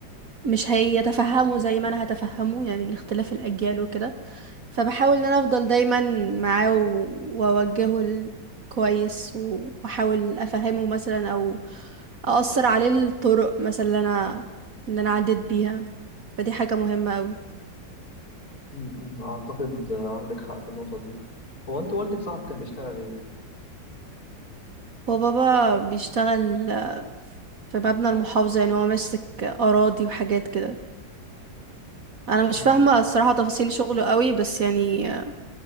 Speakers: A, on the right (about 50°); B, on the left (about 50°).
A: مش هيتفهموا زي ما انا هتفهمه يعني الاختلاف الاجيال وكده فبحاول ان انا افضل دايما معاه و- واوجهه ال- كويس و- واحاول افهمه مثلا او اقصر عليه الطرق مثلا اللي انا ان انا عديت بيها فدي حاجة مهمة قوي
B: م- م، أعتقد عندك حق في النقطة دي هو أنت والدك صاحب كان بيشتغل إيه؟
A: هو بابا بيشتغل آه، في مبنى المحافظة يعني هو ماسك اراضي وحاجات كده انا مش
B: م،
A: فاهمة الصراحة تفاصيل شغله قوي بس يعني آه،